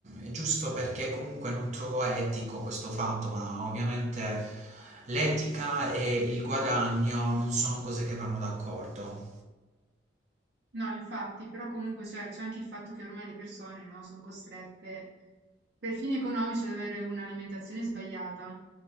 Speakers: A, on the right; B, on the right.
A: è giusto perché comunque non trovo etico questo fatto, ma ovviamente l'etica e il guadagno non sono cose che vanno d'accordo.
B: No, infatti, però comunque cioè, c'è anche il fatto che ormai le persone, no, sono costrette per fini economici ad avere un'alimentazione sbagliata,